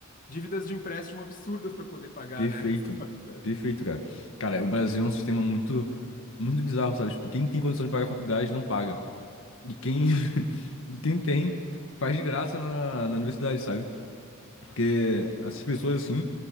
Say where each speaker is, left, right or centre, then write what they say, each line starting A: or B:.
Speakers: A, on the left; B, on the left.
A: dívidas de empréstimo absurdas para poder pagar,
B: Perfeito.
A: né? <laughs>
B: Perfeito, cara. Cara, o Brasil é um sistema muito, muito bizarro, sabe? Tipo, quem tem condição de pagar a faculdade não paga. E quem, <laughs> e quem tem, faz de graça na, na universidade, sabe? Porque essas pessoas, assim.